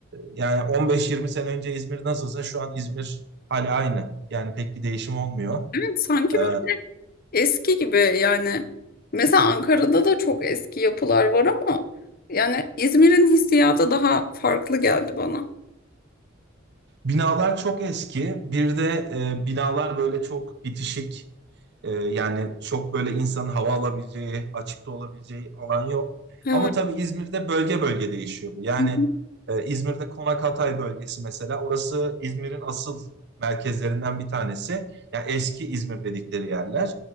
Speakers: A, on the right; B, on the left.
A: yani 15-20 sene önce İzmir nasılsa şu an İzmir hala aynı. Yani pek bir değişim olmuyor.
B: Evet sanki
A: E,
B: böyle eski gibi yani. Mesela Ankara'da da çok eski yapılar var ama yani İzmir'in hissiyatı daha farklı geldi bana.
A: binalar çok eski. Bir de e, binalar böyle çok bitişik Ee, yani çok böyle insanın hava alabileceği, açıkta olabileceği alan yok.
B: Evet.
A: Ama tabii İzmir'de bölge bölge değişiyor bu. Yani
B: Hı hı.
A: e, İzmir'de Konak Hatay bölgesi mesela orası İzmir'in asıl merkezlerinden bir tanesi. Yani eski İzmir dedikleri yerler.